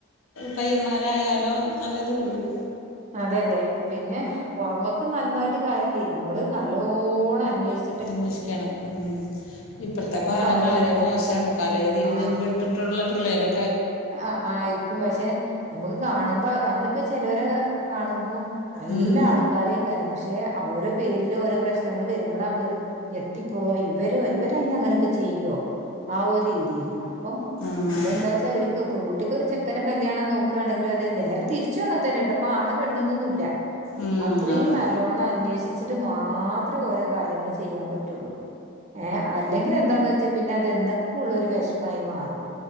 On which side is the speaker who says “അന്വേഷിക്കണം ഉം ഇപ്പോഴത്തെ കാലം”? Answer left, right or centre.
Left